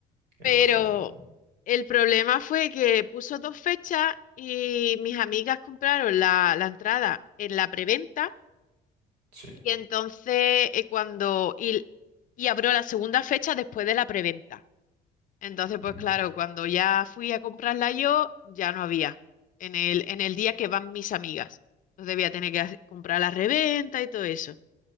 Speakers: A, on the right (about 85°); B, on the left (about 50°).
A: es
B: Pero
A: bastante común.
B: el problema fue que puso dos fechas y mis amigas compraron la, la entrada en la preventa
A: Sí,
B: y entonces eh, cuando y, y abrió la segunda fecha después de la preventa. Entonces,
A: ujú.
B: pues claro, cuando ya fui a comprarla yo, ya no había en el, en el día que van mis amigas. Entonces voy a tener que hacer- comprar la reventa y todo eso.